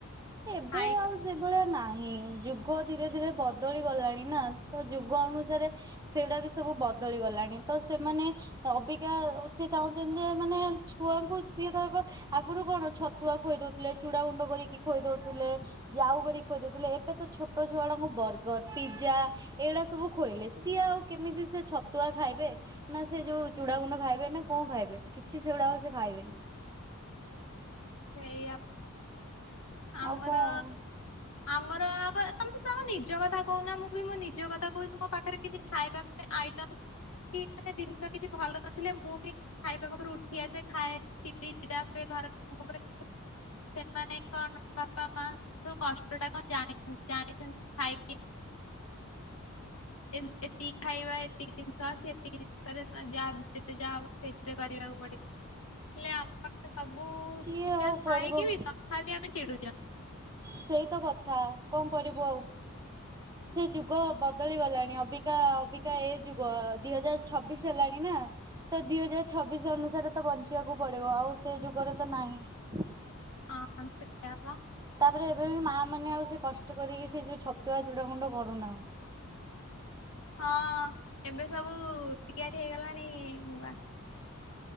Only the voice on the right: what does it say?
ଏବେ
ଆଉ ସେଭଳିଆ ନାହିଁ ଯୁଗ ଯୁଗ ଧୀରେ ଧୀରେ ବଦଳି ଗଲାଣି ନା, ତ ଯୁଗ ଅନୁସାରେ ସେଟା ବି ସବୁ ବଦଳି ଗଲାଣି। ତ ସେମାନେ ଅବିକା ସିଏ ଚାହୁଁଛନ୍ତି, ଯେ -ଏମାନେ ଛୁଆଙ୍କୁ ସିଏ ଧରକ ଆଗରୁ। କଣ ଛତୁଆ ଖୁଆଇ ଦଉଥିଲେ, ଚୁଡା ଗୁଣ୍ଡ କରିକି। ଖୋଇ ଦଉଥିଲେ, ଯାଉ କରି ଖୋଇଦଉଥିଲେ ଏବେ ତ ଛୋଟ ଛୁଆଡାଙ୍କୁ ବର୍ଗର, ପିଜା ଏଇଗଡା ସବୁ ଖୋଇଲେ, ସିଏ ଆଉ କେମିତି ସେ ଛତୁଆ ଖାଇବେ, ନା ସେ ଯୋଉ ଚୁଡା ଗୁଣ୍ଡ ଖାଇବେ, ନା କଣ ଖାଇବେ। କିଛି ସେଗୁଡା ସେ ଖାଇବେନି।
ଆଉ କଣ
ହ।
<inaudible>
ହ।
<inaudible>
କିଏ ଆଉ କରିବ
ସେଇ ତ କଥା କଣ କରିବୁ ଆଉ? ସେ ଯୁଗ ବଦଳି ଗଲାଣି ଅବିକା ଅବିକା ଏ ଯୁଗ ଦି ହଜାର ଛବିଶ ହେଲା। ଆଡ଼ି ନା। ତ ଦି ହଜାର ଛବିଶ ଅନୁସାରେ ତ ବଞ୍ଚିବାକୁ ପଡିବ। ଆଉ ସେ ଯୁଗରେ ତ ନାହିଁ।
ତାପରେ ଏବେବି ମା ମାନେ ଆଉ ସେ କଷ୍ଟ କରିକି ସେ ଯଉ ଛତୁଆ ଚୁଡା ଗୁଣ୍ଡ କରୁନାହାଁନ୍ତି।